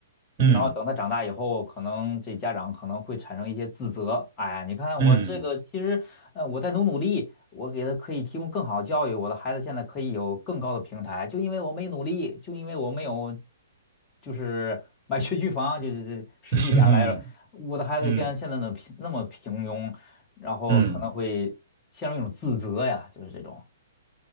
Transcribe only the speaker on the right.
嗯
嗯
嗯
嗯嗯
嗯。